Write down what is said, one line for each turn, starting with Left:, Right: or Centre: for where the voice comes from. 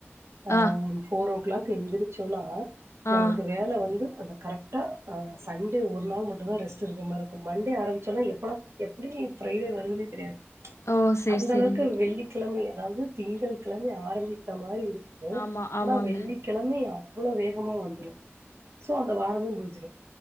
Right: அ
Left: ஆ
Right: ஒரு ஃபோர் ஓ கிளாக் எந்திரிச்சோனா நமளுக்கு
Left: ஆ
Right: வேல வந்து அந்த கரெக்ட் டா சண்டே ஒரு நாள் மட்டுந்தா ரெஸ்ட் இருக்க மார்ருக்கு மண்டே ஆரம்பிச்சனா எப்படா எப்டி ஃப்ரைடே வருதுனே தெரியாது
Left: ஓ சேரி
Right: அந்த
Left: சேரிங்க
Right: அளவுக்கு வெள்ளிக் கிழமை அதாவது திங்கள் கிழமை ஆரம்பித்த மாரி இருக்கும்
Left: ஆமா
Right: ஆனா
Left: ஆமாங்க
Right: வெள்ளி கெழமை அவ்வளோ வேகமா வந்துரும் சோ அந்த வாரமே முடிஞ்சிரும்